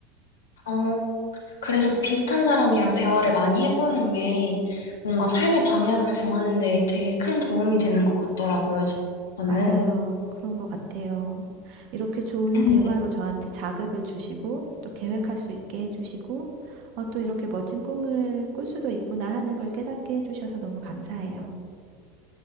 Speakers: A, on the left; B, on the right.
A: 어, 그래서 비슷한 사람이랑 대화를 많이 해보는 게 뭔가 삶의 방향을 정하는 데 되게 큰 도움이 되는 것 같더라고요, 저- 저는.
B: 맞아요. 그런 것 같아요. 이렇게 좋은
A: <laughs>
B: 대화로 저한테 자극을 주시고, 또 계획할 수 있게 해주시고, 어, 또 이렇게 멋진 꿈을 꿀 수도 있구나 하는 걸 깨닫게 해주셔서 너무 감사해요.